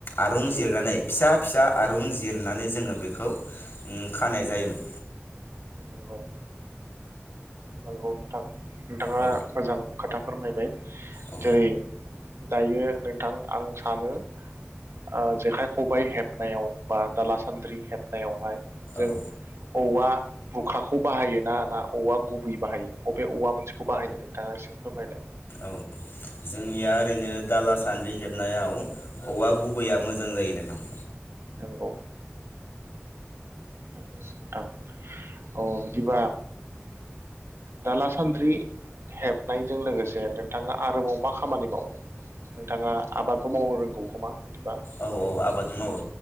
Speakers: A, on the left; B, on the right.
A: आरुं जिरनानै फिसा फिसा आरुं जिरनानै जोङो बेखौ खानाय जायोमोन।
B: नंगौ नंगौ नोंथां नोंथाङा
A: औ
B: मोजां खोथा फोरमायबाय
A: औ
B: जेरै दायो नोंथां आं सानो ओ जेखाइ खबाइ हेबनायाव बा दाला सान्द्रि हेबनायावहाय जों
A: औ
B: औवा भुखाखौ बाहायो ना ना औवा गुबै बाहायो बबे औवा मोनसे बे खौ बाहायो नोंथाङा एसे फोरमायनाय।
A: औ जोंनिया ओरैनो दाला सान्द्रि हेबनायाव औवा गुबैया मोजां जायो नोंथां।
B: नंगौ नोंथां अ बिदिबा दाला सान्द्रि हेबनायजों लोगोसे नोंथाङा आरोबाव मा खामानि मावो नोंथाङा आबादबो मावनो रोंगौ खोमा? बिदिबा
A: औ औ आबाद मावो